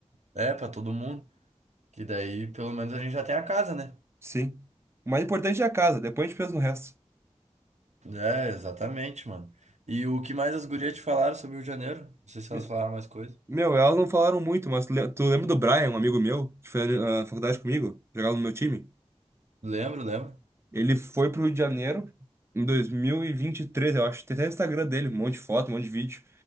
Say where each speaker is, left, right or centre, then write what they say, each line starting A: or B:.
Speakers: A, on the right; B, on the right.
A: é, pra todo mundo. Que daí pelo menos a gente já tem a casa, né?
B: Sim. O mais importante é a casa, depois a gente pensa no resto.
A: É, exatamente, mano. E o que mais as gurias te falaram sobre o Rio de Janeiro? Não sei se
B: Me-
A: elas falaram mais coisa.
B: Meu, elas não falaram muito, mas tu le- tu lembra do Brian, um amigo meu, que foi na faculdade comigo, jogava no meu time?
A: Lembro, lembro.
B: Ele foi pro Rio de Janeiro em 2023, eu acho. Tem até o Instagram dele, um monte de foto, um monte de vídeo.